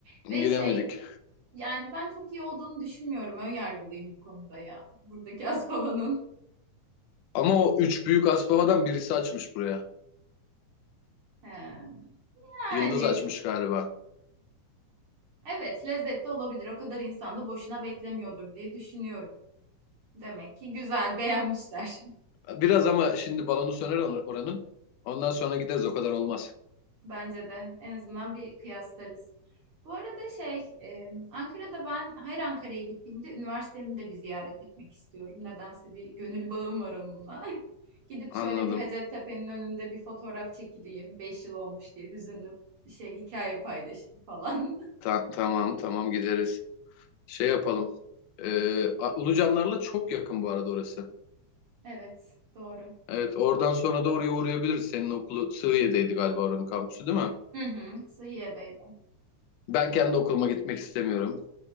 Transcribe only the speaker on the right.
Ve
şey, yani ben çok iyi olduğunu düşünmüyorum. Ön yargılıyım bu konuda ya. Buradaki <laughs> Aspava'nın.
He. Yani
evet, lezzetli olabilir. O kadar insan da boşuna beklemiyordur diye düşünüyorum. Demek ki güzel, beğenmişler.
Bence de. En azından bir kıyaslarız. Bu arada şey, e, Ankara'da ben her Ankara'ya gittiğimde üniversitemi de bir ziyaret etmek istiyorum. Nedense bir gönül bağım var onunla. <laughs> Gidip
şöyle bir Hacettepe'nin önünde bir fotoğraf çekileyim. Beş yıl olmuş diye hüzünlü şey hikaye paylaşayım falan. <laughs>
Evet, doğru.
Hı hı, Sıhiye'deydim.